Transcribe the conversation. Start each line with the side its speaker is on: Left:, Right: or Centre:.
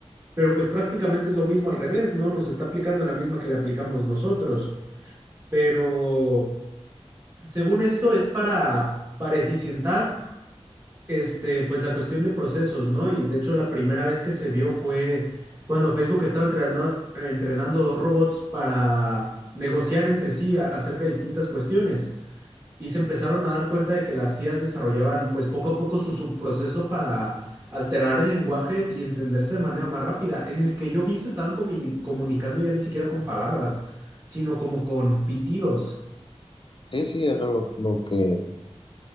Right: Pero pues prácticamente es lo mismo al revés, ¿no? Nos está aplicando la misma que le aplicamos nosotros. Pero Según esto, es para, para eficientar este, pues la cuestión de procesos, ¿no? Y de hecho, la primera vez que se vio fue cuando Facebook estaba entrenando, entrenando dos robots para negociar entre sí a- acerca de distintas cuestiones. Y se empezaron a dar cuenta de que las IAs desarrollaban, pues poco a poco, su subproceso para alterar el lenguaje y entenderse de manera más rápida. En el que yo vi se estaban comuni- comunicando ya ni siquiera con palabras, sino como con pitidos.
Left: Sí, sí, era lo, lo que,